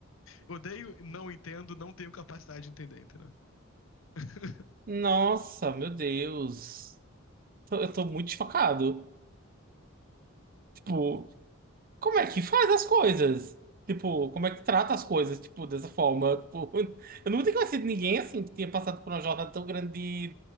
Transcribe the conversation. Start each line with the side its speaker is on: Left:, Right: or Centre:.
Left: Eu odeio, não entendo, não tenho capacidade de entender, entendeu? <laughs>
Right: Nossa, meu Deus. tô- eu tô muito chocado. Tipo, como é que faz as coisas? Tipo, como é que trata as coisas, tipo, dessa forma? Tipo, <laughs> eu nunca tinha conhecido ninguém, assim, que tinha passado por uma jornada tão grande de,